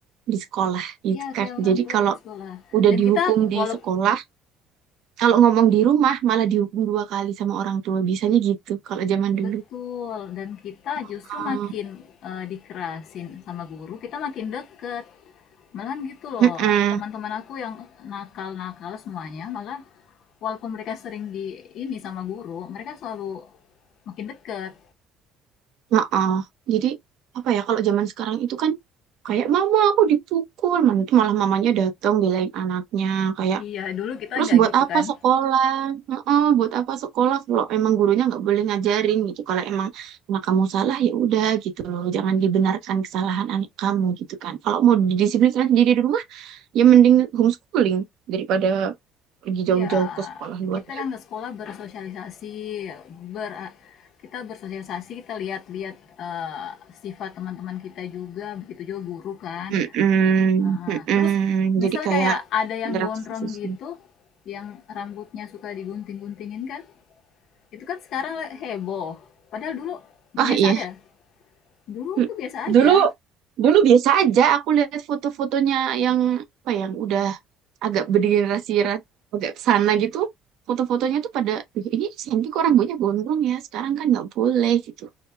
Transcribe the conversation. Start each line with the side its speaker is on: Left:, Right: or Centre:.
Right: di sekolah gitu
Left: ya
Right: kan.
Left: kayak orang
Right: Jadi
Left: tua
Right: kalau
Left: di sekolah.
Right: udah
Left: Dan
Right: dihukum
Left: kita
Right: di
Left: walaupun
Right: sekolah, kalau ngomong di rumah malah dihukum dua kali sama orang tua. Biasanya gitu kalau zaman dulu.
Left: Betul, dan kita
Right: Oh,
Left: justru makin eh, dikerasin sama guru, kita makin deket. malah gitu loh,
Right: mm-mm.
Left: teman-teman aku yang nakal-nakal semuanya, malah walaupun mereka sering di ini sama guru, mereka selalu makin deket.
Right: Heeh. Jadi apa ya kalau zaman sekarang itu kan kayak mama aku dipukul, mana itu malah mamanya datang belain anaknya kayak
Left: Iya, dulu kita
Right: terus
Left: nggak
Right: buat
Left: gitu
Right: apa
Left: kan.
Right: sekolah? Heeh, buat apa sekolah kalau emang gurunya nggak boleh ngajarin gitu. Kalau emang anak kamu salah ya udah gitu loh, jangan dibenarkan kesalahan anak kamu gitu kan. Kalau mau didisiplinkan sendiri di rumah ya mending homeschooling daripada pergi jauh-jauh
Left: Iya,
Right: ke sekolah luar.
Left: kita kan ke sekolah bersosialisasi, ber kita bersosialisasi, kita lihat-lihat eh, sifat teman-teman kita juga, begitu juga guru kan.
Right: Mm-mm,
Left: Heeh.
Right: mm-mm.
Left: terus misal
Right: Jadi kayak
Left: kayak ada yang
Right: interaksi
Left: gondrong
Right: sosial.
Left: gitu, yang rambutnya suka digunting-guntingin kan, Itu kan sekarang heboh. Padahal dulu biasa
Right: Oh iya,
Left: aja. Dulu
Right: Hmm.
Left: tuh biasa aja.
Right: lu lu biasa aja. Aku lihat foto-fotonya yang apa ya, yang udah agak bergenerasi ra- agak sana gitu. Foto-fotonya tuh pada "Ih, ini Santi kok rambutnya gondrong ya. Sekarang kan nggak boleh gitu.